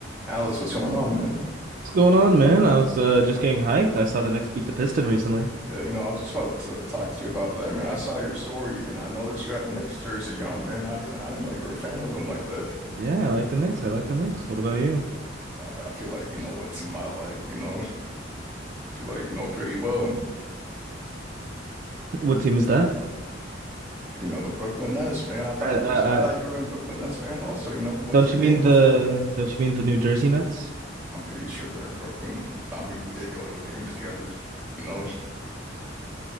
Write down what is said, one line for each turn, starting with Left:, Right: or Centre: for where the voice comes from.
Centre: Alex, what's going on, man?
Right: What's going on, man? I was uh, just getting hyped. I saw the Knicks beat the Piston recently.
Centre: Yeah, you know, I was just about to talk to you about that, man. I saw your story and I noticed you had a Knicks jersey on, man. I didn't, I didn't know you were a fan of him like that.
Right: Yeah, I like the Knicks. I like the Knicks. What about you?
Centre: I, I feel like you know what team I like, you know. I feel like you know pretty well.
Right: What team is that?
Centre: You know the Brooklyn Nets, man. I thought
Right: I, I,
Centre: you was, I thought
Right: I
Centre: you were a Brooklyn Nets fan also. You know, we went
Right: don't
Centre: to a
Right: you
Centre: game
Right: mean the
Centre: before.
Right: don't you mean the New Jersey Nets?
Centre: I'm pretty sure they're in Brooklyn. I mean, we did go to a game together, you know.